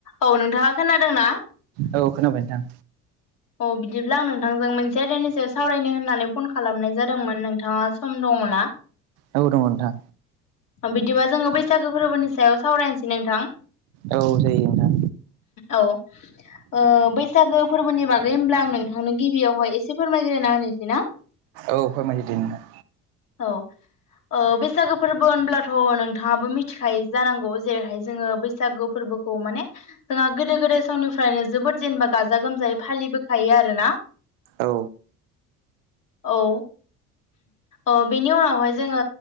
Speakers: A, on the left (about 45°); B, on the right (about 55°).
A: औ नोंथाङा खोनादोंना?
B: औ खोनाबाय नोंथां।
A: औ बिदिब्ला आं नोंथांजों मोनसे आइदानि सायाव सावरायनो होननानै फन खालामनाय जादोंमोन नोंथाङा सम दङ ना?
B: औ दङ नोंथां
A: बिदिबा जोङो बैसागो फोरबोनि सायाव सावरायनोसै नोंथां।
B: औ जायो नोंथां
A: औ ओ बैसागो फोरबोनि बाग गै होमब्ला आं नोंथांनो गिबियावहाय एसे फोरमायग्रोना होनोसै ना।
B: औ फोरमायदो दे नोंथां।
A: औ ओ बैसागो फोरबो होनब्लाथ' नोंथाङाबो मिथिखायो जानांगौ जेरैहाय जोङो बैसागो फोरबो खौ माने जोंहा गोदो गोदाय समनिफ्रायनो जोबोद जेनेबा गाजा गोमजायै फालिबोखायो आरोना
B: औ
A: औ। अ' बेनि उनावहाय जोङो